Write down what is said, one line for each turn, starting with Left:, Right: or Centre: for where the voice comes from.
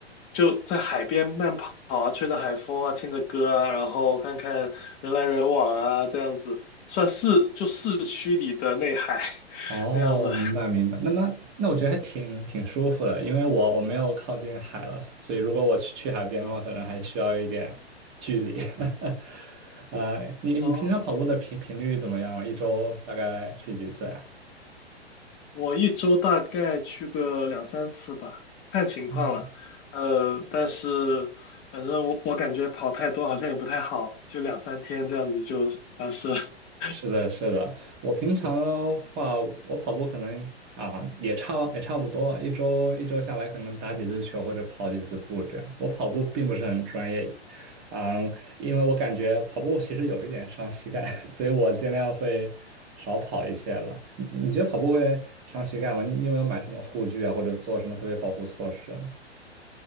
Left: 就在海边慢跑啊，吹着海风啊，听着歌啊，然后看看人来人往啊，这样子算市就市区里的内海 <laughs>
Right: 哦，
Left: 那样子
Right: 明白明白，那那那我觉得还挺挺舒服的，因为我我没有靠近海了，所以如果我去去海边的话，可能还需要一点距离。<laughs> 呃，你你平常跑步的频频率怎么样啊？
Left: 哦
Right: 一周大概去几次呀？
Left: 我一周大概去个两三次吧，看情况了。
Right: 嗯。
Left: 呃，但是反正我我感觉跑太多好像也不太好，就两三天这样子就完事了。<laughs>
Right: 是的，是的，我平常的话，我跑步可能啊也差也差不多，一周一周下来可能打几次球或者跑几次步这样。我跑步并不是很专业，嗯，因为我感觉跑步其实有一点伤膝盖，<laughs> 所以我尽量会少跑一些了。你你觉得跑步会伤膝盖吗？你你有没有买什么护具啊，或者做什么特别保护措施呢